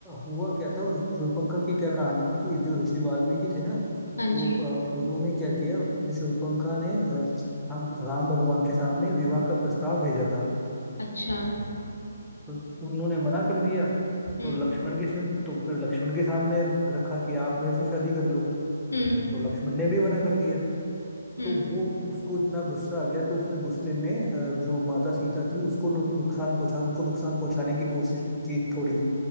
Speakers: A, in the centre; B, on the left (about 70°).
A: हुआ क्या था और शूर्पणखा की क्या कहानी है कि जो ऋषि वाल्मीकि थे ना
B: हाँ
A: तो
B: जी
A: अ, उन्होंने क्या किया कि शूर्पणखा ने अ, हम राम भगवान के सामने विवाह का प्रस्ताव भेजा था
B: अच्छा
A: तो उन्होंने मना कर दिया
B: हम्म
A: तो लक्ष्मण के सम, तो फिर लक्ष्मण के सामने रखा कि आप मेरे से शादी कर लो
B: हम्म
A: तो लक्ष्मण ने भी मना कर दिया
B: हम्म
A: तो वो उसको इतना गुस्सा आ गया तो उसने गुस्से में अ, जो माता सीता थी उसको नु- नुकसान पहुंचा उनको नुकसान पहुंचाने की कोशिश की थोड़ी